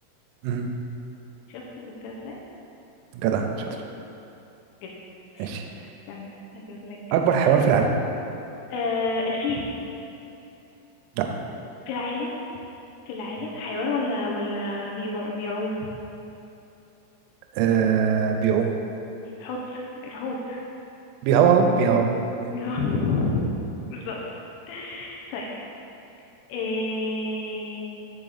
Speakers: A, on the right; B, on the left.
A: أمم.
B: شفت جبتها ازاي
A: جدع شاطر
B: جبت
A: ماشي
B: استنى هجيب لك
A: أكبر
B: اسئله
A: حيوان في العالم
B: آه الفيل
A: لا
B: في العالم في العالم
A: مم.
B: حيوان ولا ولا بيمع... بيعوم
A: آه بيعوم
B: حوت الحوت
A: بيهوهو بيهوهو مم.
B: <laughs> بالظبط طيب إيه...